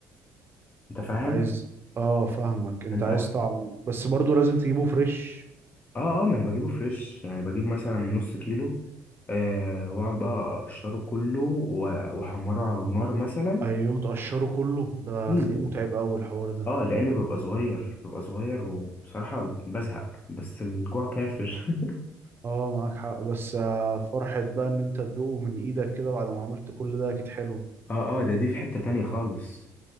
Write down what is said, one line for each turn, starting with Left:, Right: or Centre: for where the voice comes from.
Left: انت فاهم
Right: عايز اه فاهمك انت
Left: انت
Right: عايز طعمه بس برضو لازم تجيبه فريش
Left: اه اه ما انا بجيبه فريش يعني بجيب مثلا نص كيلو آه واقعد بقى اقشره كله و- واحمره على النار مثلا
Right: ايوه تقشره كله ده
Left: كله
Right: هتلاقيه متعب قوي الحوار ده
Left: اه لان ببقى صغير ببقى صغير وبصراحة بزهق بس الجوع كافر <laughs>
Right: اه معاك حق بس آه، فرحة بقى ان انت تدوقه من ايدك كده بعد ما عملت كل ده اكيد حلو
Left: اه اه ده دي في حتة تانية خالص